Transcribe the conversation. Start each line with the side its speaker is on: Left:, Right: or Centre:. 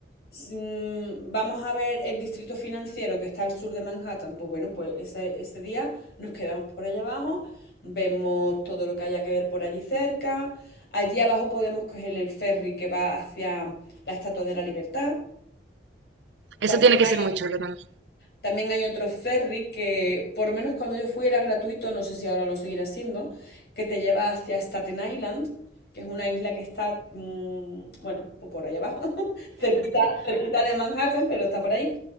Left: si, mm, vamos a ver el distrito financiero que está al sur de Manhattan. Pues bueno, pues ese, ese día nos quedamos por allá abajo, vemos todo lo que haya que ver por allí cerca. Allí abajo podemos coger el ferry que va hacia la Estatua de la Libertad.
Right: Eso
Left: También
Right: tiene que
Left: hay
Right: ser muy chulo también.
Left: También hay otro ferry que, por lo menos cuando yo fui, era gratuito, no sé si ahora lo seguirá siendo, que te lleva hacia Staten Island, que es una isla que está, mm, bueno, pues por allá abajo, <laughs> cerquita, cerquita de Manhattan, pero está por ahí.